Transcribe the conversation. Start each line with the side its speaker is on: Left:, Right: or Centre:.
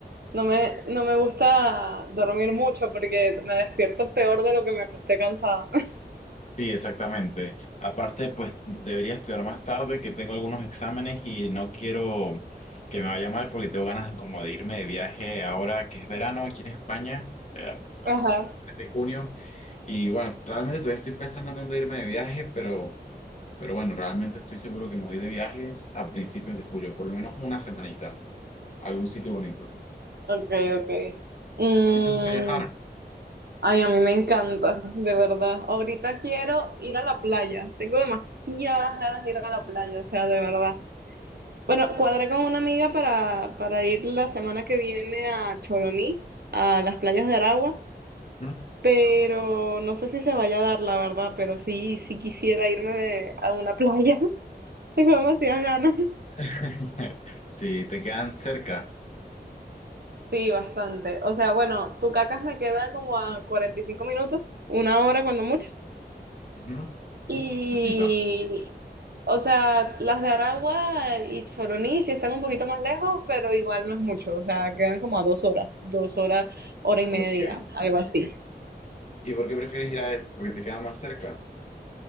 Right: No me, no me gusta dormir mucho porque me despierto peor de lo que me acosté cansada. <laughs>
Left: Sí, exactamente. Aparte, pues debería estudiar más tarde, que tengo algunos exámenes y no quiero que me vaya mal porque tengo ganas como de irme de viaje ahora que es verano aquí en España, eh, a
Right: Ajá,
Left: fines de junio. Y bueno, realmente todavía estoy pensando en dónde irme de viaje, pero Pero bueno, realmente estoy seguro que me voy de viajes a principios de julio, por lo menos una semanita, a algún sitio bonito.
Right: ok, ok. Mm,
Left: ¿A ti te gusta viajar?
Right: ay, a mí me encanta, de verdad. Ahorita quiero ir a la playa. Tengo demasiadas ganas de ir a la playa, o sea, de verdad. Bueno, cuadré con una amiga para, para ir la semana que viene a Choroní, a las playas de Aragua.
Left: Ujú.
Right: pero no sé si se vaya a dar, la verdad, pero sí, sí quisiera irme de- a una playa. <laughs> Tengo demasiadas ganas.
Left: <laughs> Si te quedan cerca.
Right: Sí, bastante. O sea, bueno, Tucacas me queda como a 45 minutos, una hora cuando mucho.
Left: Ujú.
Right: Y,
Left: Cerquita.
Right: o sea, las de Aragua y Choroní sí están un poquito más lejos, pero igual no es mucho. O sea, quedan como a dos horas, dos horas, hora y
Left: Ok.
Right: media, algo así.
Left: ¿Y por qué prefieres ir a eso? Porque te quedan más cerca.